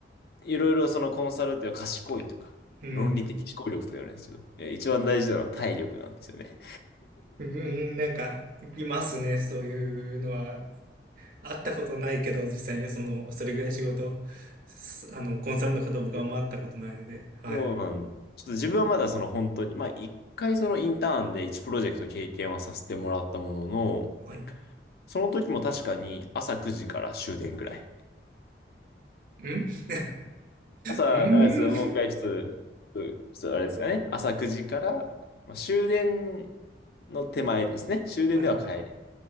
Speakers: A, on the left; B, on the right.
A: いろいろそのコンサルっていうのは賢いとか、
B: うん、
A: 論理的思考力とか言われるんですけど、えー一番大事なのは体力なんですよね。
B: うん、なんか、聞きますね。そういうのは、会ったことないけど、実際に、その、それぐらい仕事、すあの、コンサルの方、僕はあんま会ったことないので、
A: で
B: はい、
A: そうなん、ちょっと自分はまだその本当に、まあ一回そのインターンで1プロジェクト経験はさせてもらったものの、
B: はい。ん
A: その時も確かに朝9時から終電ぐらい。
B: <laughs>
A: 朝、
B: うん
A: あれですもう一回ちょっと、うちょっとあれですかね。朝9時から、まあ、終電の手前ですね。終電では帰る
B: <laughs> はい、